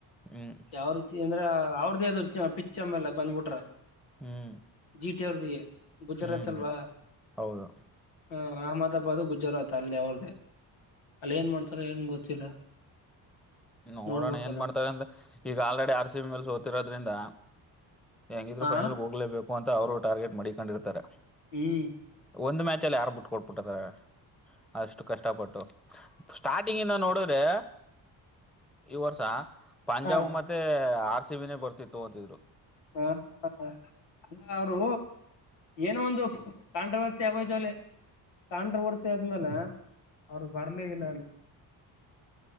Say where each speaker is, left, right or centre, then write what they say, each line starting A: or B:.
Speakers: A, in the centre; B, on the left.
A: ಹ್ಮ್
B: ಯಾವ ರೀತಿ ಅಂದ್ರ ಅವ್ರ ಅ ಅ ಪಿಚ್ಚಮ್ಮ ಎಲ್ಲ ಬಂದ್ಬಿಟ್ರ
A: ಹ್ಮ್
B: ಜಿಟಿ ಅವ್ರದಿಗೆ ಗುಜರಾತ್
A: ಹ್ಮ್
B: ಅಲ್ವಾ
A: ಹ್ಮ್ ಹೌದು
B: ಹ ಆಮಾದಬಾದ ಗುಜರಾತ್ ಆಯತ ಅಲ್ಲಿ ಅವ್ರ್ದೇ ಅಲ್ಲಿ ಏನ್ ಮಾಡ್ತಾರ ಏನ್ ಗೊತ್ತಿಲ್ಲ
A: ನೋಡೋಣ
B: ನೋಡ್ಬೇಕ
A: ಏನ್
B: ಅದನ್ನ
A: ಮಾಡ್ತಾರೆ ಅಂದ್ರ ಈಗ ಆಲ್ರೆಡಿ ಆರ್ ಸಿ ಬಿ ಮೇಲ್ ಸೋತಿರೋದ್ರಿಂದ ಹೆಂಗಿದ್ರು
B: ಹಾ
A: ಫೈನಲ್ ಹೋಗ್ಲೇಬೇಕು ಅಂತ ಅವ್ರು ಟಾರ್ಗೆಟ್ ಮಾಡಿಕೊಂಡಿರ್ತಾರೆ
B: ಹ್ಮ್
A: ಒಂದು ಮ್ಯಾಚ ಅಲ್ಲಿ ಯಾರು ಬಿಟ್ಟ ಕೊಟ್ಬಿಟ್ಟದ ಅಷ್ಟು ಕಷ್ಟ ಇಷ್ಟಪಟ್ಟು ಸ್ಟಾರ್ಟಿಂಗ್ ಇಂದ ನೋಡಿದ್ರೆ ಈ ವರ್ಷ ಪಂಜಾಬ
B: ಹಾ
A: ಮತ್ತೆ ಆರ್ ಸಿಬಿನೇ ಬರ್ತಿತ್ತು ಅಂತಿದ್ರು
B: ಹಾ ಹ ಅಲ್ಲ ಅವರು ಏನೋ ಒಂದು ಕಾಂಟವರ್ಸಿ ಅಮೇಜ್ ಆಗೋಯ್ತು ಅಲ್ಲಿ ಕಾಂಟವರ್ಸಿ ಆದ ಆದ್ಮೇಲೆ ಅವ್ರ ಬರ್ಲಿ ಇಲ್ಲ